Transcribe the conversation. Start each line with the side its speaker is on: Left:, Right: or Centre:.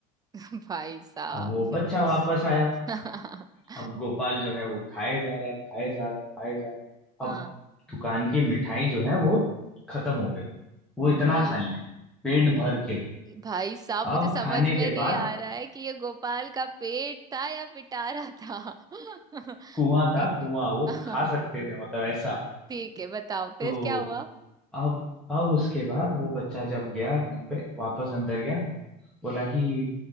Right: <laughs> भाई साहब
Centre: अब वो बच्चा वापस आया
Right: <laughs>
Centre: अब गोपाल जो है वो खाए जा रहा है खाए जा रहा है खाए जा रहा है
Right: हाँ
Centre: अब दुकान की मिठाई जो है वो खत्म हो गई वो इतना
Right: ओ
Centre: खा लिए पेट भर के
Right: भाई साहब
Centre: अब
Right: मुझे समझ
Centre: खाने
Right: में
Centre: के
Right: नहीं
Centre: बाद
Right: आ रहा है कि ये गोपाल का पेट था या पिटारा था <laughs>
Centre: कुआं
Right: ठीक
Centre: था कुआं
Right: है
Centre: वो
Right: <laughs>
Centre: खा सकते थे मतलब ऐसा
Right: ठीक है बताओ फिर
Centre: तो
Right: क्या हुआ
Centre: अब अब उसके बाद वो बच्चा जब गया घर पे वापस अंदर गया बोला कि